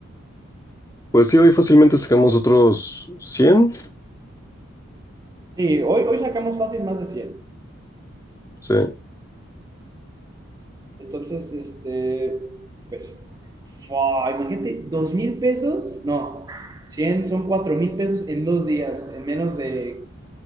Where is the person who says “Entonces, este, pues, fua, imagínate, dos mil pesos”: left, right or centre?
Right